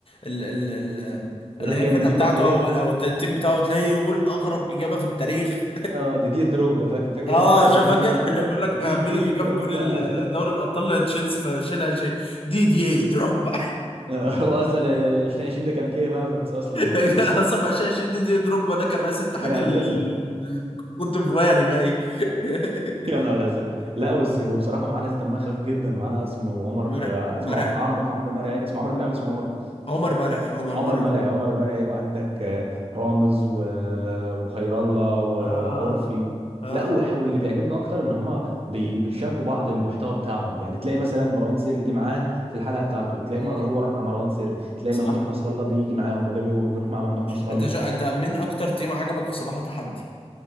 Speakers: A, on the left (about 55°); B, on the right (about 60°).
A: ال... ال... ال...
B: <laughs> يروح
A: اللي هي
B: جاي
A: الفرقه
B: مديك
A: بتاعته
B: واحده ايه
A: او او التيم بتاعه تلاقيه يقول اغرب اجابه في التاريخ
B: اه دي دي دروجبا فاكر
A: <laughs>
B: فاكر
A: اه
B: انت فاكر
A: شو فاكر
B: انت لما
A: <laughs>
B: قال
A: بقول
B: لك
A: لك
B: <laughs> دي
A: آه، مين
B: دي
A: اللي
B: ايه
A: جاب
B: دروجبا
A: جول ال- دوري الابطال لتشيلسي فشيلها شيء دي دي ايه دروجبا
B: <laughs> آه، هو اصلا 2020 ده كان كي هافرتس اصلا
A: <laughs> اصلا ما شيء دي دي إيه دروجبا ده كان رئيس اتحاد
B: كان اعتزل
A: ال- الكوتيفواري باين <laughs>
B: <laughs> يا نهار ازرق لا بس بصراحه معاه ناس دمها خفيف جدا معاه اسمه عمر
A: مرعي
B: آه، اسمه
A: مرعي
B: عمرو عمرو مرعي اسمه عمرو مرعي ولا اسمه عمر
A: عمر مرعي عمر
B: عمر
A: مرعي
B: مرعي عمر مرعي وعندك آه، رامز و- وخير الله وعرفي
A: اه اه اه اه
B: لا وح-
A: آه.
B: واللي بيعجبنا اكتر ان هم بي- بيشاركوا بعض المحتوى بتاعهم يعني تلاقي مثلا مروان سري جه معاه في الحلقه بتاعته وتلاقي
A: مم.
B: م- هو راح مع مروان سري تلاقي
A: صح
B: ممدوح نصر الله بيجي معاهم وده بي- بيروح مع ممدوح نصر
A: انت
B: الله
A: شو... انت مين اكتر تيم عجبك في صباح وتحدي